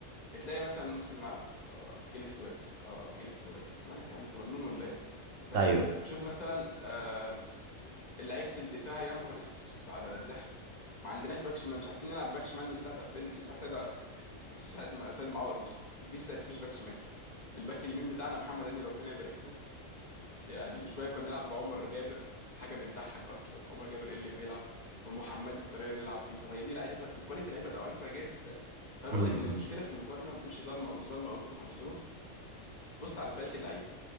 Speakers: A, on the left; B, on the right.
A: بتلاقي مثلا نص الملعب آه يلف ويرجع آه يلف ويرجع مالك يا عم انت مجنون ولا ايه فاهم
B: ايوه
A: شوف مثلا آه لعيبه الدفاع يا نهار اسود على الضحك ما عندناش باك شمال مش عارفين نلعب باك شمال من ساعه 2000 من ساعه سيد <laughs> من ساعه ما سيد معوض مشي مفيش مفيش باك شمال الباك اليمين بتاعنا محمد هاني ربنا يبارك له يعني وشويه كنا بنلعب بعمر جابر حاجه بتضحك اصلا عمر جابر ايه اللي بيلعب والمحمدي الطريقه اللي نلعب بيه طب هي دي لعيبه دي كواليتي لعيبه ضعيفه جدا فانا بقول
B: امم
A: لك ان
B: أمم.
A: المشكله في المقارنه ما تقولش ظالمه او مش ظالمه او ظروف او مش ظروف بص على كواليتي اللعيبه